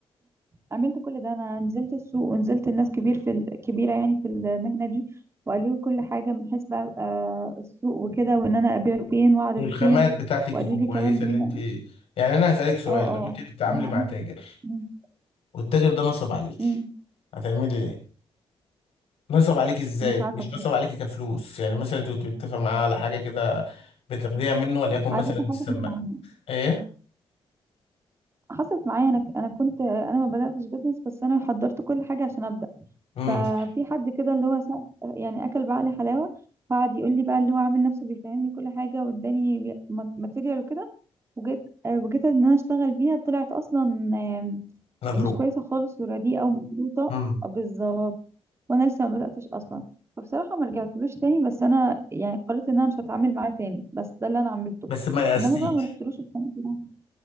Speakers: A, on the right; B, on the left.
A: عملت كل ده، أنا نزلت السوق ونزلت لناس كبير في ال كبيرة يعني في المهنة دي، وقالوا لي كل حاجة من حيث بقى آآ السوق وكده، وإن أنا أبيع فين وأعرض
B: والخامات
A: فين،
B: بتاعتك
A: وقالوا
B: تكون
A: لي
B: كويسه
A: كمان إن
B: اللي
A: هم
B: انت يعني انا هسالك سؤال
A: آه،
B: لو
A: آه،
B: انت بتتعاملي
A: أنا
B: مع
A: عملت
B: تاجر
A: إمم،
B: والتاجر ده نصب عليك
A: إمم،
B: هتعملي إيه؟ نصب عليك ازاي
A: مش عارفة
B: مش
A: بصراحة،
B: نصب عليك كفلوس يعني مثلا انت كنت بتتفق معاه على حاجه كده بترضيها منه وليكن مثلا
A: على فكرة
B: السماء
A: حصلت معايا.
B: ايه
A: حصلت معايا انا انا كنت انا ما بداتش بيزنس بس انا حضرت كل حاجه عشان ابدا
B: امم
A: ففي حد كده اللي هو سا- يعني اكل بعقلي حلاوه قعد يقول لي بقى اللي هو عامل نفسه بيفهمني كل حاجه واداني ماتيريال وكده وجيت آه، وجيت ان انا اشتغل بيها طلعت اصلا آم،
B: مضروب
A: مش كويسه خالص ورديئه ومخلوطه
B: امم
A: بالظبط وانا لسه ما بداتش اصلا فبصراحه ما رجعتلوش تاني بس انا يعني قررت ان انا مش هتعامل معاه تاني بس ده اللي انا عملته
B: بس ما يأستيش
A: انما بقى ما رحتلوش في حياتي.